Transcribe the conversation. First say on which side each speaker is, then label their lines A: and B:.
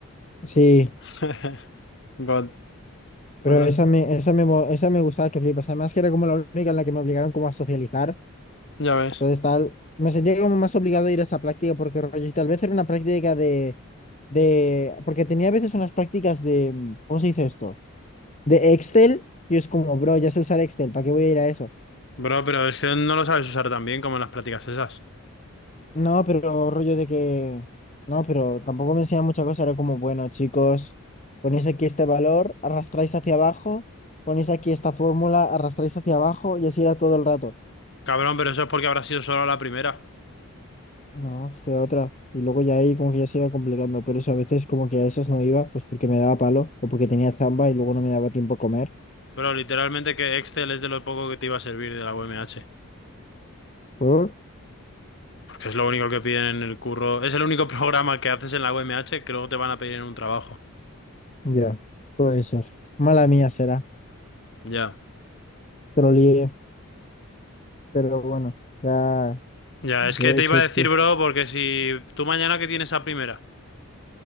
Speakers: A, on the left; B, on the left.
A: Sí,
B: <laughs> God.
A: pero
B: Honest.
A: esa me, esa me, mo- esa me gustaba que flipas. Además que era como la única en la que me obligaron como a socializar.
B: Ya ves.
A: Entonces tal, me sentía como más obligado a ir a esa práctica porque rollo, y tal vez era una práctica de de, porque tenía a veces unas prácticas de, mm, ¿cómo se dice esto? De Excel, y es como, bro, ya sé usar Excel, ¿para qué voy a ir a eso?
B: Bro, pero es que no lo sabes usar tan bien como en las prácticas esas.
A: No, pero rollo de que, no, pero tampoco me enseñan mucha cosa, era como, bueno, chicos, ponéis aquí este valor, arrastráis hacia abajo, ponéis aquí esta fórmula, arrastráis hacia abajo, y así era todo el rato.
B: Cabrón, pero eso es porque habrá sido solo la primera.
A: No, fue otra. Y luego ya ahí como que ya se iba complicando, pero eso a veces como que a veces no iba, pues porque me daba palo, o porque tenía zamba y luego no me daba tiempo a comer.
B: Pero literalmente que Excel es de lo poco que te iba a servir de la UMH,
A: ¿Por?
B: porque es lo único que piden en el curro, es el único <laughs> programa que haces en la UMH que luego te van a pedir en un trabajo.
A: Ya, puede ser. Mala mía será,
B: Ya.
A: te lo lié, pero bueno, ya
B: Ya,
A: ya
B: es que
A: he
B: te
A: hecho
B: iba a
A: esto.
B: decir, bro, porque si tú mañana que tienes a primera,